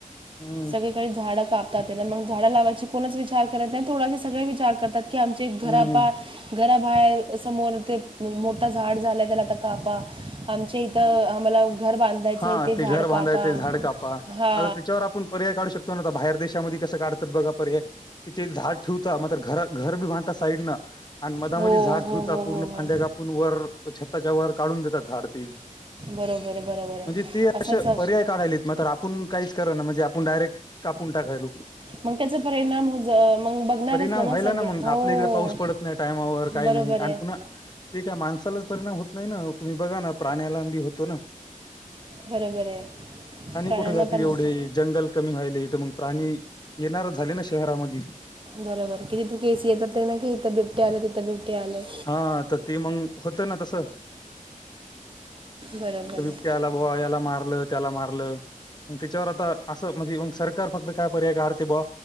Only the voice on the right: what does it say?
सगळीकडे झाडं कापतात त्याना मग झाडं लावायची कोणच विचार करत नाही, तोडायचे सगळे विचार करतात की आमचे घरापा
घराबाहेर... समोर ते मोठा झाड झाला त्याला आता कापा आमच्या इथं आम्हाला.. घर बांधायचं
आहे
झाड
कापा
हा
हो
हो
हो
हो हो
बरोबर. आहे बरोबर आहे
असंच
मग त्याचा परिणाम हो ज मग बघणारच
ना म
सगळे
हो.
बरोबर
आहे
बरोबर आहे.
प्राण्यांना
पण
होतं
बरोबर किती तर केसी येतात ना कि इथं बिबट्या आलं तिथं बिबट्या आलंय.
बरोबर आहे.